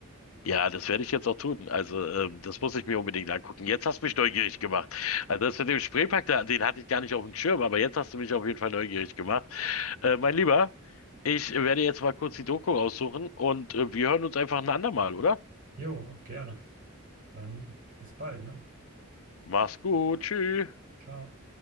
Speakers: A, on the left; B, on the right.
A: Ja, das werde ich jetzt auch tun. Also, ähm, das muss ich mir unbedingt angucken. Jetzt hast du mich neugierig gemacht. Also, das mit dem Spreepark, da, den hatte ich gar nicht auf dem Schirm, aber jetzt hast du mich auf jeden Fall neugierig gemacht. Äh, mein Lieber, ich werde jetzt mal kurz die Doku raussuchen und äh, wir hören uns einfach ein andermal, oder?
B: Jo, gerne. Dann bis bald, ne?
A: Mach's gut, tschüss.
B: Ciao.